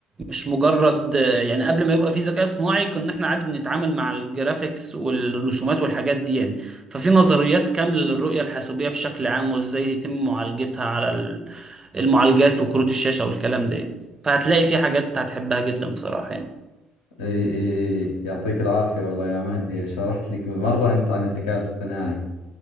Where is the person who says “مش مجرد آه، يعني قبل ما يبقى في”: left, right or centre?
Right